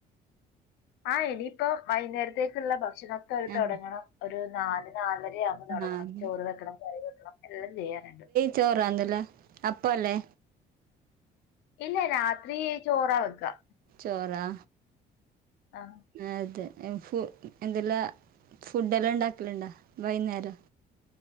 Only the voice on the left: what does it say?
ആഹ് ഇനിയിപ്പോ വൈന്നേരത്തേക്കുള്ള ഭക്ഷണൊക്കെ
തൊടങ്ങണം. ഒരു നാല് നാലരയാവുമ്പം തൊടങ്ങണം.
ചോറ് വെക്കണം കറി വെക്കണം എല്ലാം ചെയ്യാന്ണ്ട്.
ഇല്ല രാത്രി ചോറ് വെക്ക്വാ.
ആഹ്.